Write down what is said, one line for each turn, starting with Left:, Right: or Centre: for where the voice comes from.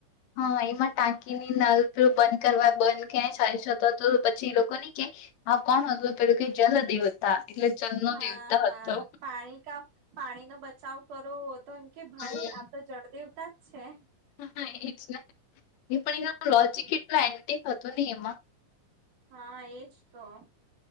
Left: હા એમા ટાંકી ની નલ પીળ બંધ કરવા બંધ ક્યાં ચા શ તો પછી એ લોકો ની કે હા કોણ હતું પેલું કે જલ દેવતા એટલે જલનો
Right: હા-હા.
Left: દેવતા હતો.
Right: પાણી કા પાણી નો બચાવ કરો. તો કે
Left: હમ
Right: ભાઈ આ જડ દેવતા જ છે.
Left: હા, હા એજ ને એ પણ એના
Right: હમ
Left: લોજિક એટલા એન્ટી થતો ની એમા
Right: હા એજ તો